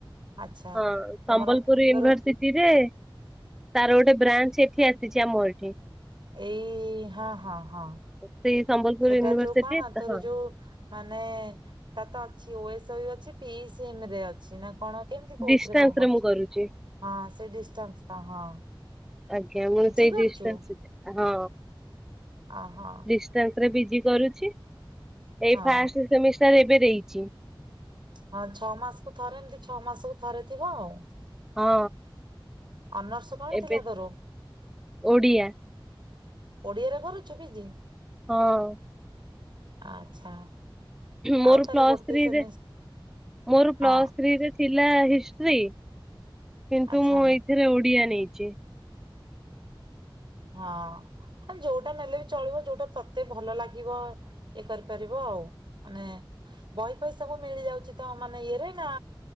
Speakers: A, on the right; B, in the centre.
A: ଆଚ୍ଛା
B: ହଁ
A: ତମର
B: ସମ୍ବଲପୁର ୟୁନିଭରସିଟି
A: ତୋର
B: ରେ ତାର ଗୋଟେ ବ୍ରାଞ୍ଚ ଏଠି ଆସିଛି ଆମ ଏଠି।
A: ଏଇ ହଁ ହଁ ହଁ
B: ସେଇ ସମ୍ବଲପୁର
A: ସେଟା
B: ୟୁନିଭରସିଟି
A: ଯୋଉ କଣ ତୋର
B: ହଁ
A: ଯୋଉ ମାନେ ତା ତ ଅଛି ଓଏସ ଅଛି ପି ସିମ୍ ରେ ଅଛି ନା କଣ କେମିତି କହୁଥିଲେ
B: ଡିଷ୍ଟାନ୍ସ
A: କଣ କରୁଛୁ?
B: ରେ ମୁଁ କରୁଛି।
A: ହଁ ସେ ଡିାନ୍ସ ହଁ।
B: ଆଜ୍ଞା ମୋର
A: ପିଜି
B: ସେଇଠ
A: କରୁଛୁ
B: ଇଷ୍ଟ ଆସଛି। ହଁ।
A: ଅ ହଁ
B: ଡିସଟାନ୍ସରେ ବିଜି କରୁଛି। ଏଇ
A: ହଁ
B: ଫାଷ୍ଟ ସେମିଷ୍ଟ ଏବେ ଦେଇଛି।
A: ହଁ ଛଅ ମାସକୁୁ ଥରେ ଏମିତି ଛଅ ମାସକୁୁ ଥରେ ଥିବ ଆଉ।
B: ହଁ।
A: ଅନର୍ସ କଣ
B: ଏବେ
A: ଥିଲା ତୋର?
B: ଓଡିଆ
A: ଓଡିଆରେ କରୁଚୁ ପିଜି।
B: ହଁ।
A: ଆଚ୍ଛା
B: ମୋର
A: ଆଉ ତାହେଲେ
B: ପଲାସ୍ତ୍ରୀ
A: ଗୋଟେ ସେମି
B: ମୋର
A: ହଁ
B: ପଲାସ୍ତସ୍ତ୍ରୀ ିକ ଲା ହିି କିନ୍ତୁ
A: ଆଚ୍ଛା
B: ମୁଁ ଏଇଥିରେ ଓଡିଆ ନେଇଛି ପଞ୍ଚି
A: ହଁ ମ ଯୋଉଟା ନେଲେ ବି ଚଳିବ ଯୋଉଟା ତତେ ଭଲ ଲାଗିବ ଇଏ କରିପାରିବ ଆଉ ମାନେ ବହି ପହି ସବୁ ମିଳିଯାଉଛି ତ ମାନେ ଇଏରେ ନା